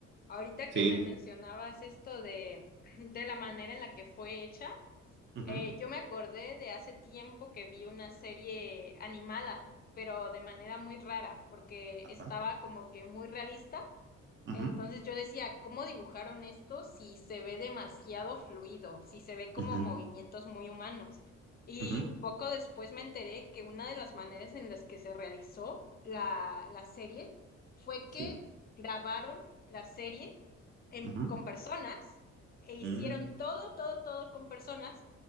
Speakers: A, on the left (about 30°); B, on the right (about 40°).
A: Ahorita
B: Sí,
A: que me
B: sí.
A: mencionabas esto de, <laughs> de la manera en la que fue hecha,
B: ujú,
A: eh, yo me acordé de hace tiempo que vi una serie animada, pero de manera muy rara porque
B: Ajá,
A: estaba como que muy realista
B: ujú,
A: entonces yo decía, ¿cómo dibujaron esto si se ve demasiado fluido, si se ve como
B: ujú,
A: movimientos muy humanos? Y
B: ujú,
A: poco después me enteré que una de las maneras en las que se realizó la, la serie fue que
B: sí.
A: grabaron la serie en-
B: ujú,
A: con personas e hicieron
B: Mm,
A: todo, todo, todo con personas